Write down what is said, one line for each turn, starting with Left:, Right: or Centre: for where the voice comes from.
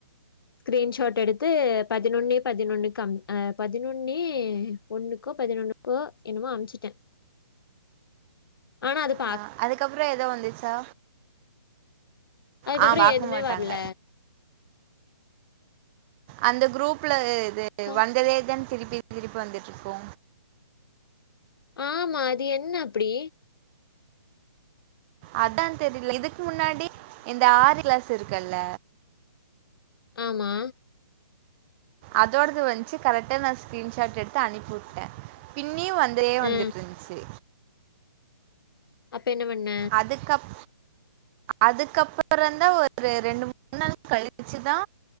Left: ஸ்கிரீன்ஷாட் எடுத் த்து பதினொன்னே பதினொன்னுக்கு ஆ பதினொன்னு ஒன்னுக்கோ பதினொன்னுக்கோ என்னமோ அமுச்சிட்டே ஆனா அதுக்
Right: ஆ அதுக்கப்புறோ ஏதோ வந்துச்சா
Left: அதுக்கப்புறோ
Right: ஆ பார்க்க
Left: எதுமே
Right: மாட்டாங்க
Left: வரல
Right: அந்த குரூப்ல அ து
Left: தா
Right: வந்ததே தன் திருப்பி திருப்பி வந்துட்ருக்கு
Left: ஆமா அது என்ன அப்படி
Right: அதா தெரில இதுக்கு முன்னாடி இந்த ஆறு கிளாஸ் இருக்குல்ல
Left: ஆமா
Right: அதோடது வந்துச்சு கரெக்டா நா ஸ்கிரீன்ஷாட் எடுத்து அனுப்பி விட்டே பின் இனியு வந்துரே
Left: அ.
Right: வந்துட்டு இருந்துச்சு
Left: அப்ப என்ன பண்ண?
Right: அதுக்கப் அதுக்கப்புறம்ந்தா ஒரு ரெண்டு மூணு நாள் கழிச்சுதா